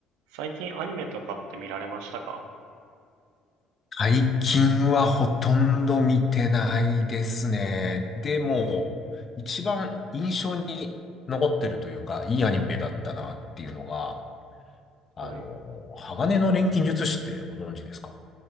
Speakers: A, on the right; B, on the left.
A: 最近アニメとかって見られましたか
B: 最近はほとんど見てないですね。でも、一番印象に残ってるというか、いいアニメだったなっていうのが、あの、
A: はい。
B: 鋼の錬金術師ってご存知ですか